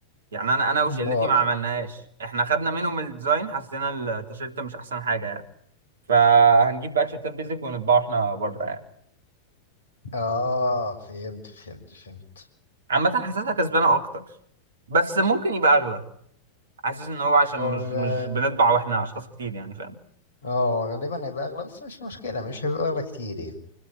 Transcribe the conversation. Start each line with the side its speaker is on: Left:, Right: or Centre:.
Right: يعني انا انا وشلتي
Left: امال
Right: ما عملناش احنا خدنا منهم الديزاين حسينا التيشيرت مش احسن حاجه يعني فهنجيب بقى تيشيرتات بيزك ونطبعه احنا بره يعني
Left: اه فهمت فهمت فهمت
Right: عامة حاسسها كسبانة أكتر بس ممكن يبقى أغلى حاسس إن هو عشان
Left: هو
Right: مش
Left: غ-
Right: مش بنطبع وإحنا أشخاص كتير يعني فاهم
Left: اه غالبا هيبقى اغلى بس مش مشكلة مش هيبقى اغلى كتير يعني